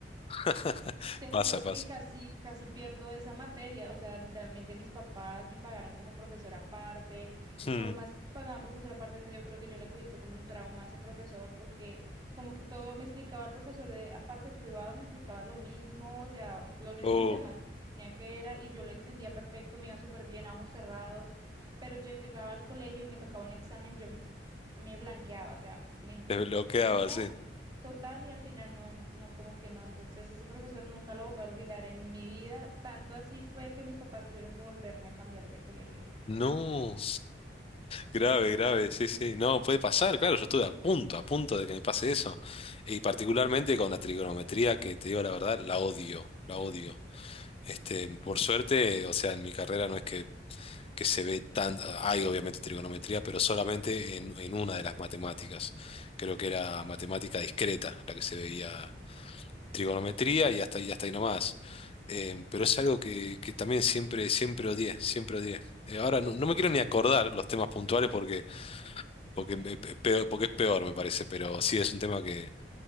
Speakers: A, on the left; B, on the right.
A: <laughs>
B: Te
A: Pasa,
B: juro
A: pasa.
B: que casi, casi pierdo esa materia, o sea, literalmente mis papás me pagaron como profesora aparte y
A: Mm.
B: por más que pagaban profesora aparte, yo creo que yo le cogí fue como un trauma a ese profesor porque como que todo me explicaba el profesor de aparte el privado me explicaba lo mismo, o sea, los mismos
A: Oh,
B: temas suponía que era y yo lo entendía perfecto, me iba súper bien a ojo cerrado, pero llegaba al colegio y me tocaba un examen, yo me me blanqueaba, o sea, me cho-
A: desbloqueaba,
B: me choqueaba
A: sí.
B: total y al final no, no, como que no. Entonces ese profesor nunca lo voy a olvidar en mi vida. Tanto así fue que mis papás tuvieron que volverme a cambiar de colegio.
A: No. Grave, grave, sí, sí. No, puede pasar, claro, yo estuve a punto, a punto de que me pase eso. Y particularmente con la trigonometría, que te digo la verdad, la odio, la odio. Este, por suerte, o sea, en mi carrera no es que, que se ve tan, hay obviamente trigonometría, pero solamente en, en una de las matemáticas. Creo que era matemática discreta la que se veía trigonometría y hasta ahí, hasta ahí nomás. Eh, pero es algo que, que también siempre, siempre odié, siempre odié. Eh, ahora no, no me quiero ni acordar los temas puntuales porque porque, me- pe- peor- porque es peor, me parece, pero sí es un tema que,